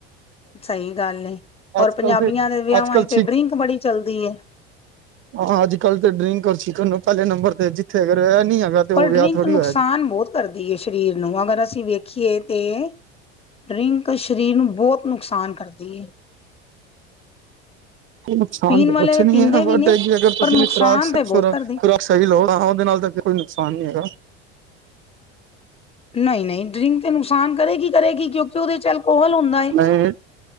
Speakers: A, on the left (about 20°); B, on the right (about 40°).
A: ਸਹੀ ਗੱਲ, ਔਰ
B: ਅੱਜ
A: ਪੰਜਾਬੀਆਂ
B: ਕੱਲ ਤੇ
A: ਦੇ ਵਿਆਹਾਂ
B: ਅੱਜ ਕੱਲ
A: ਤੇ
B: ਚ
A: ਡਰਿੰਕ ਬੜੀ ਚੱਲਦੀ ਐ।
B: ਹਾਂ, ਅੱਜ ਕੱਲ੍ਹ ਤੇ ਡਰਿੰਕ ਸਿਖਣ ਨੂੰ ਪਹਿਲੇ ਨੰਬਰ ਤੇ ਜਿੱਥੇਗ ਨੀ ਹੈਗਾ। ਤੇ
A: ਪਰ
B: ਉਹ
A: ਡਰਿੰਕ
B: ਵਿਆਹ ਥੋੜ੍ਹੀ
A: ਨੁਕਸਾਨ
B: ਹੋਇਆ ਜੀ।
A: ਬਹੁਤ ਕਰਦੀ ਹੈ ਸਰੀਰ ਨੂੰ ਅਗਰ ਅਸੀਂ ਵੇਖੀਏ ਤੇ ਡਰਿੰਕ ਸਰੀਰ ਨੂੰ ਬਹੁਤ ਨੁਕਸਾਨ ਕਰਦੀ ਹੈ।
B: ਨੁਕਸਾਨ
A: ਪੀਣ
B: ਤਾਂ
A: ਵਾਲੇ
B: ਕੁਛ ਨੀ
A: ਪੀਂਦੇ
B: ਹੈ ਬਟ
A: ਵੀ ਨੇ
B: ਇਹਗੀ ਅਗਰ ਤੁਸੀਂ
A: ਪਰ ਨੁਕਸਾਨ
B: ਵੀ ਖੁਰਾਕ <unintelligible>
A: ਤੇ ਬਹੁਤ ਕਰਦੀ
B: ਸਹੀ ਲੋ ਹਾਂ ਉਹਦੇ ਨਾਲ ਤਾਂ ਕੋਈ ਨੁਕਸਾਨ ਨੀ ਹੈਗਾ।
A: ਨਹੀਂ ਨਹੀਂ ਡਰਿੰਕ ਤੇ ਨੁਕਸਾਨ ਕਰੇਗੀ, ਕਰੇਗੀ ਕਿਉਂਕਿ ਉਹਦੇ ਚ ਅਲਕੋਹਲ ਹੁੰਦਾ ਹੈ।
B: ਨਹੀਂ।